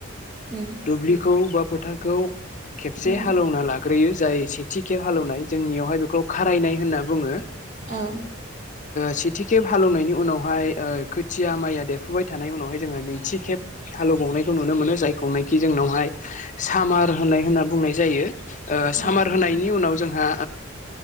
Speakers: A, on the right; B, on the left.
A: उम
B: दुब्लिखौ बा फोथारखौ खेबसे
A: उम
B: हालेवना लाग्रोयो जाय सेथि खेब हालौवनाय जोंनियावहाय बेखौ खारायनाय होनना बुङो
A: औ
B: सेथि खेब हालेवनायनि उनावहाय खोथिया माइया देफुबाय थानाय उनावहाय जोङो नैथि खेब हालौबावनायखौ नुनो मोनो जायखौखि जोंनावहाय सामार नाय होनना बुंनाय जायो सामार
A: औ
B: होनायनि उनाव जोंहा